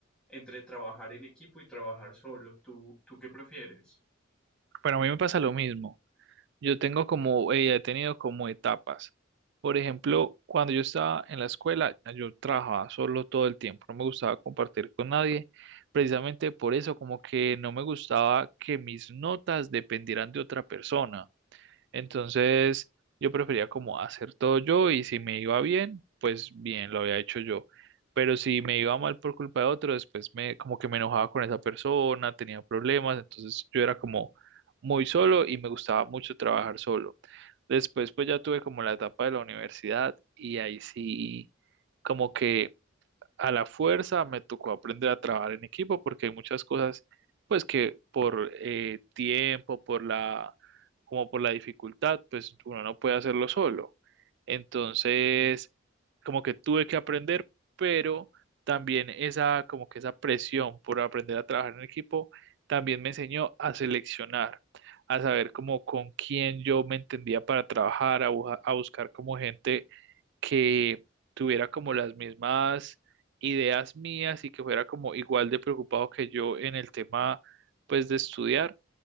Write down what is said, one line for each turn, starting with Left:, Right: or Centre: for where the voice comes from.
Centre: entre trabajar en equipo y trabajar solo. ¿Tú, tú qué prefieres?
Right: Bueno, a mí me pasa lo mismo. Yo tengo como, eh, he tenido como etapas. Por ejemplo, cuando yo estaba en la escuela, yo trabajaba solo todo el tiempo, no me gustaba compartir con nadie. Precisamente por eso, como que no me gustaba que mis notas dependieran de otra persona. Entonces, yo prefería como hacer todo yo y si me iba bien, pues bien, lo había hecho yo. Pero si me iba mal por culpa de otro, después me como que me enojaba con esa persona, tenía problemas, entonces yo era como muy solo y me gustaba mucho trabajar solo. Después pues ya tuve como la etapa de la universidad y ahí sí como que a la fuerza me tocó aprender a trabajar en equipo porque hay muchas cosas, pues que por eh, tiempo, por la, como por la dificultad, pues uno no puede hacerlo solo. Entonces, como que tuve que aprender, pero también esa, como que esa presión por aprender a trabajar en equipo, también me enseñó a seleccionar, a saber como con quién yo me entendía para trabajar, a, buja- a buscar como gente que tuviera como las mismas ideas mías y que fuera como igual de preocupado que yo en el tema pues de estudiar